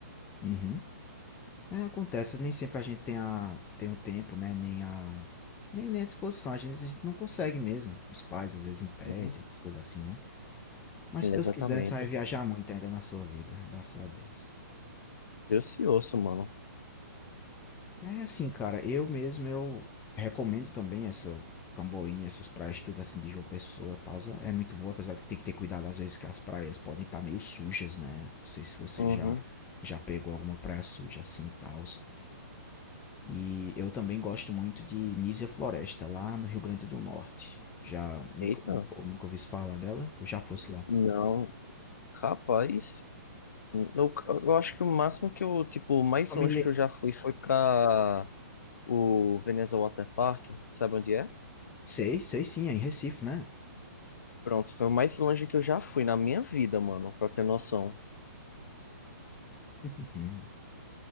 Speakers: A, on the left; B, on the left.
A: Uhum. É, acontece, nem sempre a gente tem, a, tem o tempo, né? Nem a, nem, nem a disposição, a gente, a gente não consegue mesmo. Os pais às vezes impedem,
B: Uhum.
A: umas coisas assim, né? Mas
B: Exatamente.
A: se Deus quiser, você vai viajar muito ainda na sua vida, graças a Deus.
B: Eu se ouço, mano.
A: E aí, assim, cara, eu mesmo, eu recomendo também essa Camboinha, essas praias, tudo assim de João Pessoa e tal. É muito boa, apesar de que tem que ter cuidado às vezes que as praias podem estar meio sujas, né? Não sei se você
B: Uhum.
A: já, já pegou alguma praia suja assim e tal. E eu também gosto muito de Nísia Floresta, lá no Rio Grande do Norte. Já nunca,
B: Eita,
A: nunca, ou nunca ouvi falar dela, ou já fosse lá.
B: não, capaz. Eu, eu acho que o máximo que eu, tipo, o mais
A: É familiar.
B: longe que eu já fui foi pra o Veneza Water Park, sabe onde é?
A: Sei, sei sim, é em Recife, né?
B: Pronto, foi o mais longe que eu já fui na minha vida, mano, pra ter noção.
A: <laughs> Uhum.